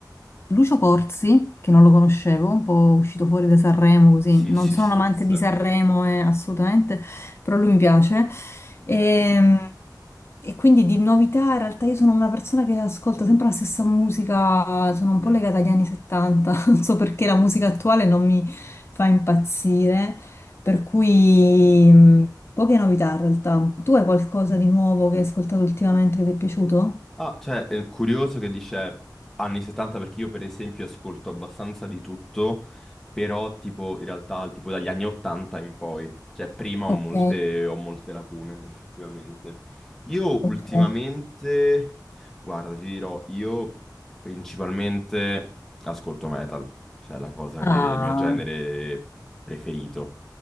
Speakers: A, on the left (about 35°); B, in the centre.
A: Lucio Corsi, che non lo conoscevo, un po' uscito fuori da Sanremo, così.
B: Sì,
A: Non
B: sì,
A: sono
B: sì,
A: un amante
B: ho presente.
A: di Sanremo, eh, assolutamente, però lui mi piace.
B: Mhm.
A: E, mm, e quindi di novità, in realtà io sono una persona che ascolta sempre la stessa musica, sono un po'
B: Mm.
A: legata agli anni 70, <laughs> non so perché la musica attuale non mi fa impazzire. Per cui mh, poche novità in realtà. Tu hai qualcosa di nuovo che hai ascoltato ultimamente che ti è piaciuto?
B: Ah, cioè, è curioso che dice anni 70 perché io per esempio ascolto abbastanza di tutto, però tipo in realtà tipo dagli anni 80 in poi, cioè prima ho
A: Ok,
B: molte, ho molte lacune <laughs> effettivamente. Io
A: ok.
B: ultimamente, guarda, ti dirò, io principalmente ascolto metal, cioè è la cosa
A: Ah,
B: che è il mio genere preferito.